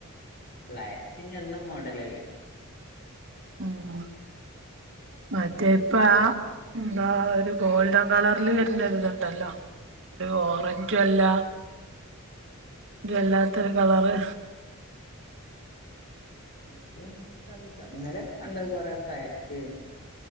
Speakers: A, on the left; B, on the right.
A: ബ്ലാക്ക് പിന്നെ എന്നും മോഡലല്ലേ
B: ഉം മറ്റേ ഇപ്പാ എന്താ ഒരു ഗോൾഡൻ കളറില് വരുന്ന ഒരിതുണ്ടല്ലോ ഒരു ഓറഞ്ചും അല്ല ഇത് വല്ലാത്തൊരു കളറ്
A: അത് ഇൻക്കറീല ഇന്നലെ ഒക്കെ കണ്ടത് കൊറേ ബ്ലാക്ക്